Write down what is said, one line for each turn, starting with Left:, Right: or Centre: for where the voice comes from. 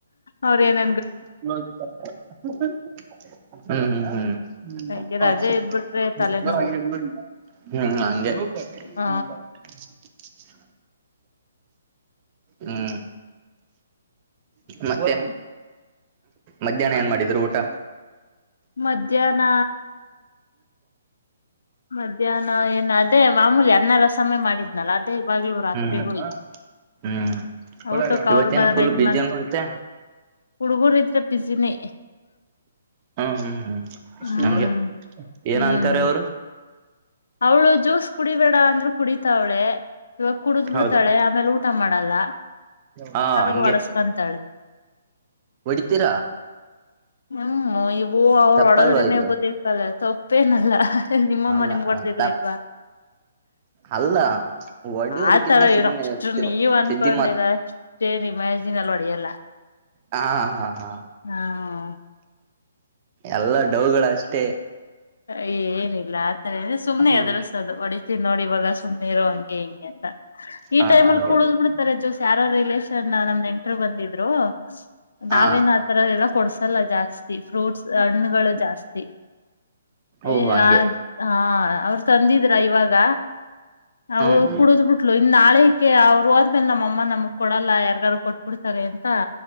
Left: ಅವ್ರ ಏನ್
Right: ಹ್ಮ ಹ್ಮ ಹ್ಮ
Left: ಹಗೆ ರಜೆ ಇದ್ಬಿಟ್ರೆ
Right: ಹ್ಮ
Left: ತಲೆನೋವು
Right: <unintelligible> <unintelligible>
Left: ಹ
Right: ಹ್ಮ್ ಮತ್ತೆ ಮಧ್ಯಾಹ್ನ ಏನ್ ಮಾಡಿದ್ರು ಊಟ
Left: ಮಧ್ಯಾಹ್ನ ಮಧ್ಯಾಹ್ನ ಏನು ಅದೇ ಮಾಮೂಲಿ ಅನ್ನ ರಸಯ ಮಾಡಿದ್ನಲ್ಲ ಅದೇ ಇವಾಗ ರಾತ್ರಿಗೂ
Right: ಹ್ಮ್ ಹ್ಮ್
Left: ಊಟಕ್ಕೆ
Right: ಇವತ್ತೇನ್
Left: ಅವರು ಬಂದ
Right: ಫುಲ್
Left: ಇದ
Right: ಬಿಜಿ
Left: ಮ
Right: ಅನ್ಸುತ್ತೆ
Left: ಹುಡ್ಗೂರು ಇದ್ರೆ ಬಿಸಿನೇ
Right: ಹ್ಮ ಹ್ಮ್ ಹ್ಮ್
Left: ಹ್ಮ್
Right: ನಮ್ಗೆ ಏನ
Left: ಹ್ಮ್
Right: ಅಂತಾರ ಅವರು
Left: ಅವಳು ಜ್ಯೂಸ್ ಕುಡಿಬೇಡ ಅಂದ್ರು ಕುಡಿತ ಅವಳೇ ಇವಾಗ ಕುಡುದ್ ಬಿಡ್ತಾಳೆ
Right: ಹೌದಾ
Left: ಆಮೇಲೆ ಊಟ ಮಾಡಲ್ಲ
Right: ಹಾ
Left: ಆವಾಗ
Right: ಹಂಗೆ
Left: ಒಡಸ್ಕೊಂತಾಳೆ
Right: ಹೊಡಿತೀರಾ
Left: ಹ್ಮ ಇವು ಅವ್ರ
Right: ತಪ್ಪಲ್ವಾ
Left: ಹೊಡದ್ರನೆೇ
Right: ಇದು
Left: ಬದಿಕ್ಕಲ್ಲ ತಪ್ಪೇನಲ್ಲ ನಿಮ್ಮಮ್ಮ
Right: ಅಲ್ಲ
Left: ನಿಮ್ಗ ಹೊಡ್ದಿರ್ಲಿಲ್ವಾ
Right: ತಪ್ಪ ಅಲ್ಲ ಹೊಡಿಯೋದಕ್ಕಿನ್ನ
Left: ಆತರ
Right: ಸುಮ್ನೆ
Left: ಇವ್ನ್ ಅಷ್ಟು
Right: ಇರ್ತಿರು
Left: ನೀವ್ ಅನ್ಕೊಂಡರ
Right: ಸಿದ್ದಿ ಮಾತ್
Left: ಅಷ್ಟೇನ್ ಇಮ್ಯಾಜಿನ್ ಅಲ್ ಹೊಡೆಯಲ್ಲ
Right: ಹಾ ಹಾ ಹಾ
Left: ಹಾ
Right: ಎಲ್ಲಾ ಡೌಗಳಷ್ಟೇ
Left: ಏನಿಲ್ಲ ಆತ ತರ್ರೆ ಸುಮ್ನೆ
Right: ಹ್ಮ
Left: ಎದರ್ಸೋದು ಹೊಡತಿ ನೋಡಿ ಇವಾಗ ಸುಮ್ನೆ ಇರೋ ಹಂಗೆ ಹಿಂಗೆ ಈ
Right: ಹಾ
Left: ಟೈಮ್ಲ್ಲಿ
Right: ಹಾ
Left: ಕುಡುದ್
Right: ಹಂಗೆ
Left: ಬಿಡ್ತಾರೆ ಜ್ಯೋಸ್ ಯಾರ ರಿಲೇಷನ್ ್ಣ ನಮ್ ನೆಂಟರು ಬಂದಿದ್ರು
Right: ಹಾ
Left: ನಾವೇನ್ ಆತರ ಎಲ್ಲ ಕೊಡ್ಸಲ್ಲ ಜಾಸ್ತಿ ಫ್ರೂಟ್ಸ್ ಹಣ್ಣುಗಳು ಜಾಸ್ತಿ ಏ
Right: ಓಹೋ ಹಂಗೆ
Left: ಆ ಹಾ ಅವರು ತಂದಿದ್ರ ಇವಾಗ ಅವಳು
Right: ಹ್ಮ್
Left: ಕುಡುದ್ ಬಿಟ್ಲು ಇನ್ ನಾಳಕೆ ಅವ್ರು ಅಂದ್ಮೇಲೆ ನಮ್ಮಅಮ್ಮ ನಮ ಕೊಡಲ್ಲ ಯಾರ್ಗಾರು ಕೊಟ್ಬಿಡ್ತಾರೆ ಅಂತ